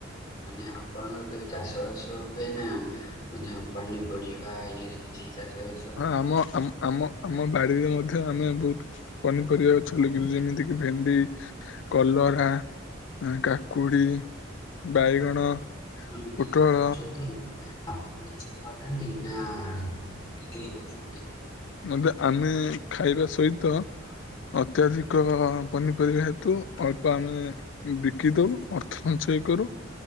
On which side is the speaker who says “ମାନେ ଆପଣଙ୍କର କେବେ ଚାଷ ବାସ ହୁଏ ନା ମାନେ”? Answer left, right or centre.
Left